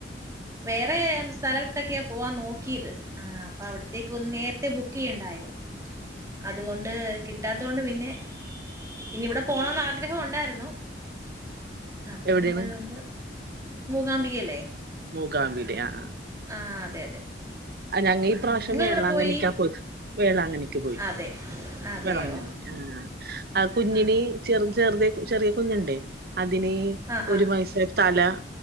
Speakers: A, on the right (about 15°); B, on the right (about 55°).
A: വേറെം സ്ഥലത്തക്കെയാ പോവാൻ നോക്കിയത് ആ അപ്പ അവിടെ അവിടെത്തക്ക് ഒന്ന് നേരത്തെ ബുക്ക് ചെയ്യണ്ടായോ അതുകൊണ്ട് കിട്ടാ അതുകൊണ്ട് പിന്നെ ഇനി ഇവിടെ പോണോന്ന് ആഗ്രഹം ഉണ്ടാരുന്നു അ അപ്പം
B: എവിടെയാണ്
A: പിന്നെ അതുകൊണ്ട് മൂകാംബികല്ലേ
B: ഗാമ്പീടെ ആ
A: ആഹ് അതെ അതെ
B: ആ ഞങ്ങ
A: ഉം
B: ഈ പ്രാവശ്യം
A: നിങ്ങളെവിടെ
B: വേളാങ്ങണിക്കാ
A: പോയി
B: പോയത് വേളാങ്ങണിക്ക് പോയി
A: അതെ അതെയോ
B: വേളാങ്കണി ആഹ് ആ കുഞ്ഞിന്
A: ആഹ്
B: ചെറ് ചെറുതെ ചെറിയ കുഞ്ഞുണ്ടേ അതിനെ
A: ആഹ്
B: ഒരു
A: ആഹ്
B: വയസ തല